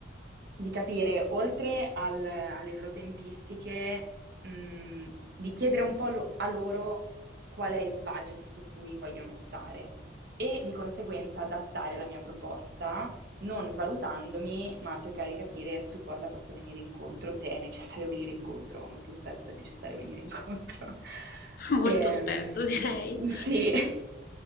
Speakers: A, on the right (about 60°); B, on the left (about 50°).
A: di capire, oltre al- alle loro tempistiche, mh, di chiedere un po' lo- a loro qual è il budget su cui vogliono stare e di conseguenza adattare la mia proposta non svalutandomi, ma cercare di capire su cosa posso venire incontro, se è necessario <laughs> venire incontro, ma molto spesso è necessario venire incontro. <laughs>
B: Molto
A: Ehm,
B: spesso, direi.
A: sì. <laughs>